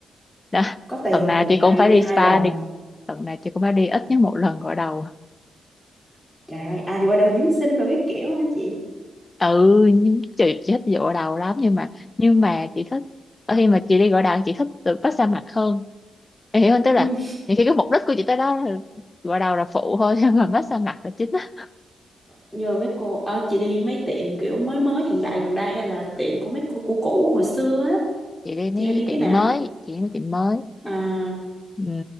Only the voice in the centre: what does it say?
có tiền
là một
ngày
em
đi
hai
lần
trời ơi ai đi qua đâu dưỡng sinh rồi cái kiểu hả chị
ừ.
nhờ mấy cô ờ, chị đi mấy tiệm kiểu mới mới hiện đại gần đây hay là tiệm của mấy cô cũ cũ hồi xưa á
chị hay đi cái
nào
à